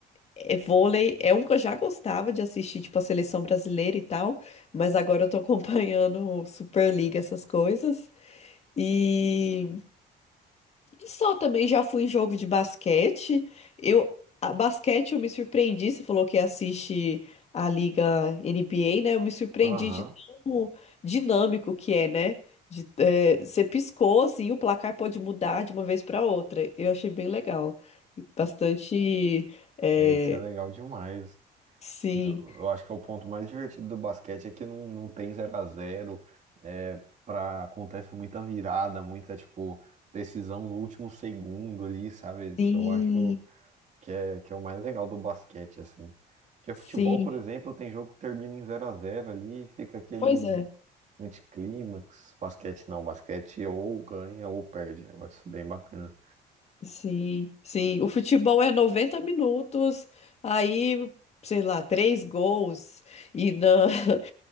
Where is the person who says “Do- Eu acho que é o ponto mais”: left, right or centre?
Right